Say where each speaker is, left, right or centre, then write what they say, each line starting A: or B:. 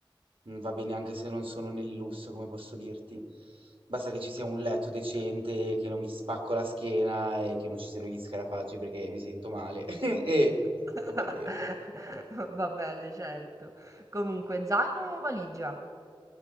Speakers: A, on the right; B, on the right.
A: non va bene anche se non sono nel lusso, come posso dirti. Basta che ci sia un letto decente, che non mi spacco la schiena e che non ci siano gli scarafaggi perché mi sento male <laughs> e tutto
B: <laughs>
A: tutto va bene.
B: Va bene, certo. Comunque zaino o valigia?